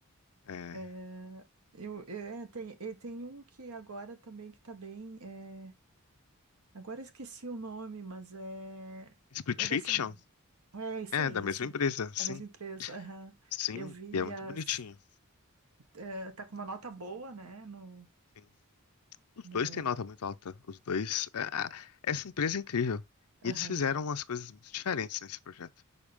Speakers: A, on the left (about 80°); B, on the right (about 75°).
A: É.
B: É, eu, é, tem, e tem um que agora também que tá bem. é, agora eu esqueci o nome, mas é.
A: Split
B: É
A: Fiction?
B: dessa. É esse
A: É,
B: aí,
A: da mesma
B: esse.
A: empresa, sim.
B: A mesma empresa. aham.
A: Sim,
B: Eu vi
A: e é muito
B: as.
A: bonitinho.
B: eh, tá com uma nota boa, né? No.
A: sim. Os
B: no...
A: dois têm nota muito alta. Os dois. é, a- essa empresa é incrível.
B: Aham,
A: E eles fizeram umas coisas muito diferentes nesse projeto.